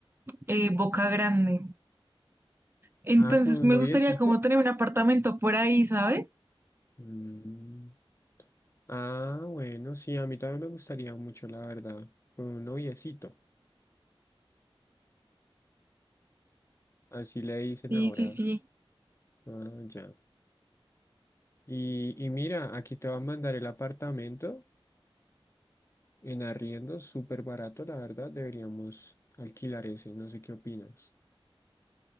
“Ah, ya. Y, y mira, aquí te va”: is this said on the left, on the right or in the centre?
Left